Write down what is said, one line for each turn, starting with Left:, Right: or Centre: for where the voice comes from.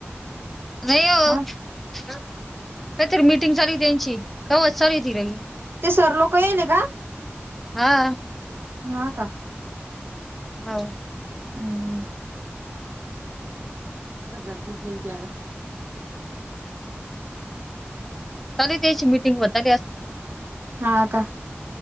Centre: नाहीो
Right: हा
Centre: कायतरी मीटिंग सारी त्यांची कवत सारी ती रही
Right: ते सर लोक येले का
Centre: हा
Right: हा का
Centre: हो
Right: ह बस जास लगची
Centre: चाले त्याची मीटिंग मली असणार
Right: हा का